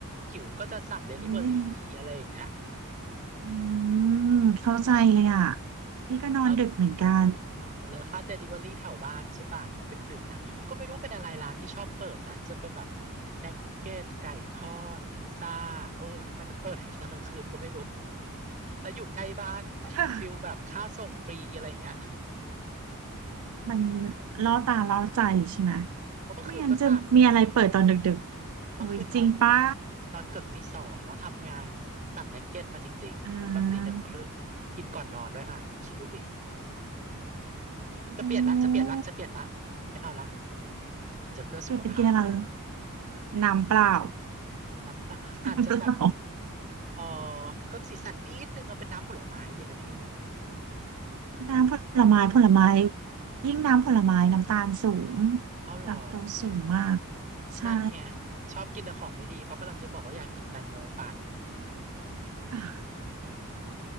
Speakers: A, on the right; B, on the right.
A: หิวก็จะสั่งเดลิเวอรี่อะไรอย่างเงี้ย
B: ทำไมเรื่องนี้อืมเข้าใจเลยอ่ะพี่ก็นอนดึกเหมือนกัน
A: แล้ว
B: <laughs>
A: เออแล้วถ้า Delivery แถวบ้านใช่ป่ะดึกๆนะก็ไม่รู้เป็นอะไรร้านที่ชอบเปิดนะจะเป็นแบบนักเก็ตไก่ทอดพิซซ่าเออทำไมมันเปิดอย่างนี้ตอนกลางคืนก็ไม่รู้แล้วอยู่ใกล้บ้าน
B: เธอ
A: ฟิลแบบค่าส่งฟรีอะไรอย่างเงี้ย
B: มันล่อตาล่อใจใช่ไหม
A: เพราะเมื่อคืนก็สั่งพี่
B: ไม่งั้นจะมีอะไรเปิดตอนดึกๆโอ้ยจริงปะ
A: เมื่อคืนนอนนอนเกือบตีสองเนาะทำงานสั่งนักเก็ตมาจริงๆตอนตีหนึ่งครึ่งกินก่อนนอนด้วยอ่ะคิดดูดิ
B: อ่า
A: จะเปลี่ยนละจะเปลี่ยนละจะเปลี่ยนละ
B: โอ้
A: ไม่เอาละจะเพื่อสุขภาพ
B: เกิดเป็นกินอะไรเหรอน้ำเปล่า
A: น้ำเปล่าอาจจะแบบ
B: น้ำเปล่า
A: เออเพิ่มสีสันนิดนึงเอาเป็นน้ำผลไม้ดีไหมพี่
B: น้ำผลไม้ผลไม้ยิ่งน้ำผลไม้น้ำตาลสูง
A: เอาเหรอ
B: แลคโตสสูงมากใช่
A: นั่นไงชอบกินแต่ของไม่ดีเพราะกำลังจะบอกว่าอยากกินแตงโมปั่น
B: อ่ะ